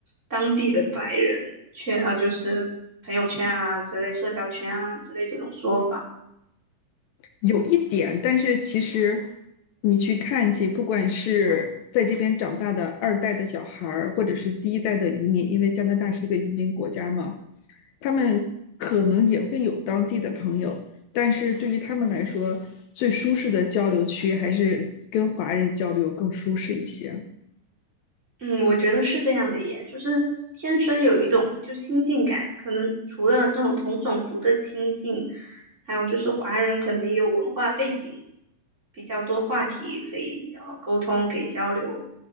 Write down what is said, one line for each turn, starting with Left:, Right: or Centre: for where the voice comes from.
Right: 当地的白人圈，呃，就是朋友圈啊之类、社交圈啊之类这种说法？
Left: 有一点，但是其实你去看去，不管是在这边长大的二代的小孩儿，或者是第一代的移民，因为加拿大是一个移民国家嘛，他们可能也会有当地的朋友，但是对于他们来说，最舒适的交流区还是跟华人交流更舒适一些，
Right: 嗯，我觉得是这样的耶，就是天生有一种就亲近感，可能除了这种同种族的亲近，还有就是华人可能也有文化背景，比较多话题可以呃沟通，可以交流。